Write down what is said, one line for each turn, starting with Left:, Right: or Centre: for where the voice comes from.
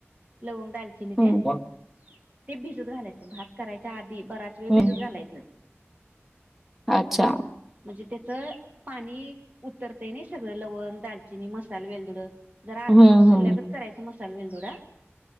Right: लवंग, दालचिनी तेन
Centre: हम्म
Right: ते भिजत घालाय भात करायच्या आधी बराच वेळ
Centre: हम्म
Right: भिजत घालायचं.
Centre: अच्छा.
Right: म्हणजे त्याचं पाणी उतरतय नाही सगळं लवंग, दालचिनी मसाला वेलदोड. जर अर्धवट
Centre: हम्म
Right: सलल्यागत
Centre: हम्म
Right: करायचा मसालं वेलदुडा